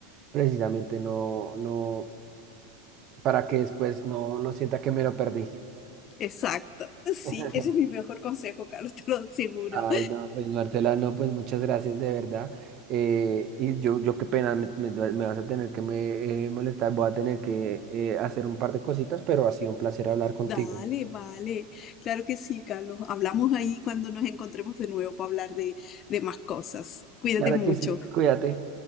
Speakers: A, on the right; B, on the left.
A: precisamente no, no, para que después no, no sienta que me lo perdí.
B: Exacto, sí,
A: <laughs>
B: ese es mi mejor consejo, Carlos, <laughs> te lo aseguro.
A: Ay, no, pues Marcela, no, pues muchas gracias de verdad. Eh, y yo, yo qué pena, me, me- me vas a tener que me, eh, molestar, voy a tener que eh, hacer un par de cositas, pero ha sido un placer hablar contigo.
B: Dale, vale, claro que sí, Carlos. Hablamos ahí cuando nos encontremos de nuevo para hablar de, de más cosas. Cuídate
A: Claro
B: mucho.
A: que sí, cuídate.